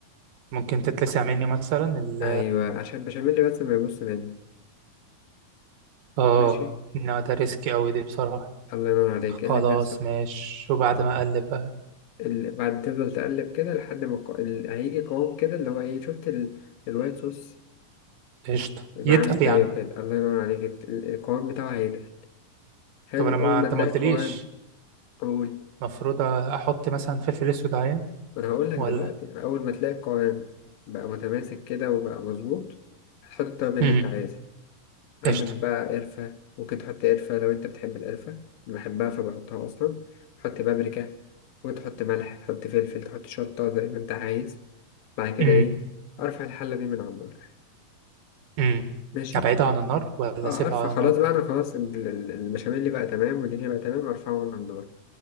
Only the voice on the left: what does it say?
أيوة عشان البشاميل بس ما يبص منك
ماشي
الله ينور عليك
إيه اللي بيحصل
ت-
ال... بعد تفضل تقلب كده لحد ما الق- ال... هيجي قوام كده اللي هو إيه شفت ال... الوايت صوص
يبقى
عامل
زيه كده الله ينور عليك الت- ال- القوام بتاعه هيتقل حلو
أول ما
تلاقي
القوام قول
ما أنا هقول لك
دلوقتي أول ما تلاقي القوام بقى متماسك كده وبقى مظبوط هتحط التوابل اللي
أنت عايزها عندك
بقى قرفة ممكن تحط قرفة لو أنت بتحب القرفة أنا بحبها فبحطها أصلا تحط بابريكا وتحط ملح تحط فلفل تحط شطة زي ما أنت عايز بعد كده
إيه أرفع الحلة دي من على النار
ماشي
اه
ارفع
خلاص
بقى انا خلاص ال- ال- البشاميل اللي بقى تمام والدنيا بقى تمام ارفعه من على النار